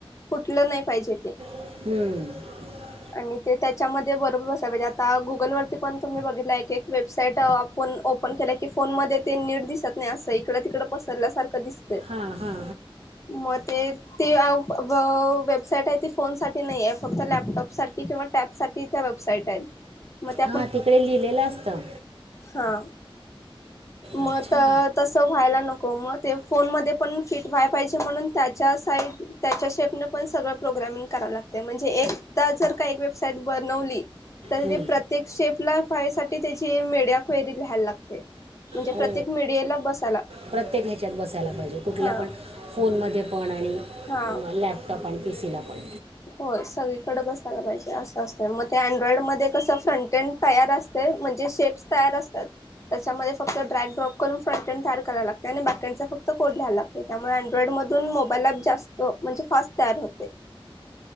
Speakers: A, on the left; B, on the right.
A: कुठलं नाही पाहिजे ते
B: हम्म
A: आणि ते त्याच्यामध्ये बरोबर बसाय पाहिजे आता गुगल वरती पण तुम्ही बघितला एक एक वेबसाईट आपण ओपन केल की फोन मध्ये ते नीट दिसत नाही अस इकड तिकड पसरल्यासारखं दिसतंय
B: हां हां
A: मग ते ते वेबसाईट आहे ती फोन साठी नाही आहे फक्त लॅपटॉप साठी किंवा टॅब साठी वेबसाईट आहेत मग ते
B: हा तिकडे लिहिलेलं असतं
A: हा मत
B: अच्छा
A: तस व्हायला नको मग ते फोन मध्ये पण फिट व्हाय पाहिजे म्हणून त्याच्या साईड त्याच्या शेपने पण सगळ प्रोग्रामिंग कराव लागतेय म्हणजे एकदा जर का वेसाईट बनवली तर
B: हं.
A: ते प्रत्येक शेपलासाठी त्याची मीडिया क्युरी लिहायला लागते म्हणजे
B: हो
A: प्रत्येक मीडियाला बस
B: प्रत्येक ह्याच्यात बसायला पाहिजे कुठल्या
A: हा
B: पण फोनमध्ये पण आणि
A: हा
B: मग लॅपटॉप आणि पीसी ला पण
A: होय सगळीकडे बसायला पाहिजे असं असं मग ते अँड्रॉइड मध्ये कसं फ्रंटेंड तयार असते म्हणजे शेप्स तयार असतात त्याच्यामध्ये फक्त ड्रगड्रॉप करून फ्रंटड तयार कराय लागते आणि बॅकडचा फक्त कोड लिहायला लागतोय त्यामुळे अँड्रइड मधून मोबाईल जास्त म्हणजे फास्ट तयार होते